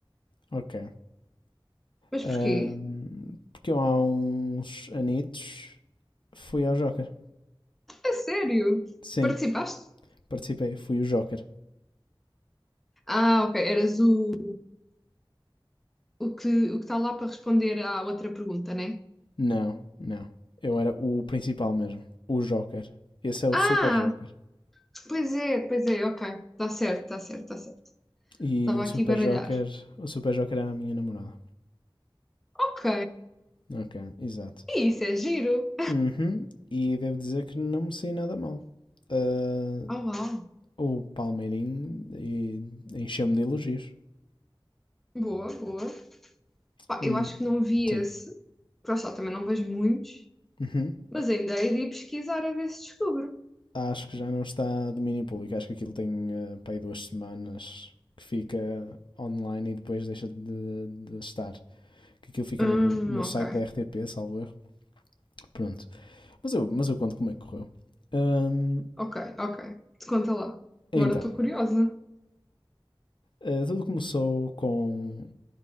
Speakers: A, on the left; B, in the centre.
A: Ok.
B: Mas
A: Ahm,
B: porquê?
A: porque eu há uns anitos fui ao Joker.
B: É sério?
A: Sim,
B: Participaste?
A: participei, fui o Joker.
B: Ah, ok, eras o, o que o que está lá para responder à outra pergunta, né?
A: Não, não. Eu era o principal mesmo. O Joker. Esse é o
B: Ah,
A: Super Joker.
B: pois é, pois é, ok. Está certo, está certo, está certo.
A: E
B: Estava
A: o
B: aqui
A: Super
B: a baralhar.
A: Joker, o Super Joker era a minha namorada.
B: Ok,
A: Ok, exato.
B: isso é giro.
A: Uhum. E devo dizer que não me saí nada mal. Ah,
B: Oh, uau.
A: o Palmeirinho e- encheu-me de elogios.
B: Boa, boa. Pá,
A: Hum,
B: eu acho que não vi
A: sim.
B: esse. Porque lá está, também não vejo muitos.
A: Uhum.
B: Mas ainda hei de ir pesquisar a ver se descubro.
A: Acho que já não está a domínio público. Acho que aquilo tem ah, para aí duas semanas que fica online e depois deixa de, de estar. Que aquilo fica
B: Hum,
A: no, no site
B: ok,
A: da RTP, salvo erro. Pronto. Mas eu, mas eu conto como é que correu. Hum,
B: ok, ok. Te conta lá.
A: então,
B: Agora estou curiosa.
A: ah, tudo começou com.